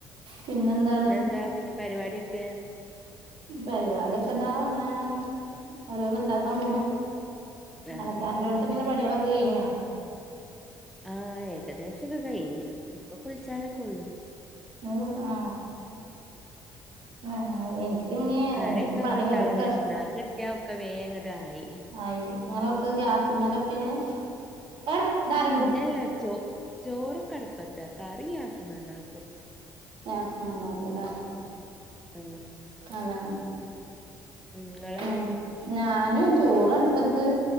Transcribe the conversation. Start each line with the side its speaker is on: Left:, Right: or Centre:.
Right: പിന്നെന്താണ്
Centre: പിന്നെന്താ പിന്നെ പരിപാടിയൊക്കെ
Right: പരിപാടിയൊക്കെ ദാ ഇങ്ങനെ ഓരോന്ന് ഇണ്ടാക്കാൻ പോണ്.
Centre: ആഹ്.
Right: അലക്കാന്റെടുത്ത് പിന്നെ പണികളൊക്കെ കഴിഞ്ഞാ.
Centre: ആഹ് ഏകദേശൊക്കെ കഴിഞ്ഞ് ഇപ്പൊ കുളിച്ചാനൊക്കെ ഉള്ളൂ
Right: ഇങ്ങ് ആ. ആഹ് എനി പിന്നേ
Centre: കറിവെക്കാൻ
Right: എനിക്ക് പണി
Centre: കിട്ടാള്ള
Right: കെടുക്കാ
Centre: പ്രശ്നാ. അത് കിട്ടിയാ ഒക്കെ വേങ്ങട്ട് ആയി.
Right: ആയി നിങ്ങളൊക്കെ ഗ്യാസിമലൊക്കേണ് ഏടാ ആര
Centre: അല്ല ചോ ചോറ് കടുപ്പത്ത് കറി ഗ്യാസ്മ്മേ ഉണ്ടാക്കും.
Right: ഗാസ്മണ്ടാക്കല്ലെ
Centre: <inaudible>
Right: അതന്നെ.
Centre: ഇങ്ങളോ
Right: ഉം ഞാനും ചോറടുപ്പത്ത്